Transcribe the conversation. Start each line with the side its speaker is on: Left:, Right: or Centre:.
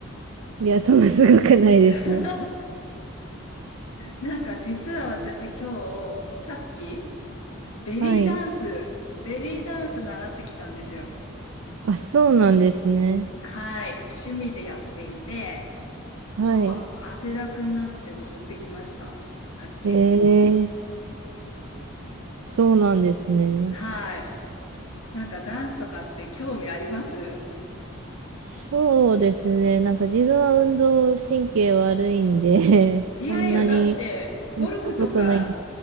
Right: いや、そんなすごくないですよ。
Left: <laughs> なんか実は私今日、さっき、ベリーダンス、
Right: はい。
Left: ベリーダンス習ってきたんですよ。
Right: あ、そうなんですね。
Left: はい。趣味でやっていて、
Right: はい。
Left: そう、汗だくになって踊ってきました。さっき。
Right: えー、そうなんですね。
Left: はい。なんかダンスとかって興味あります
Right: そうですね。なんか自分は運動神経悪いんで <laughs> そんなに
Left: いやいや、だって、ゴルフとか、
Right: やったことない。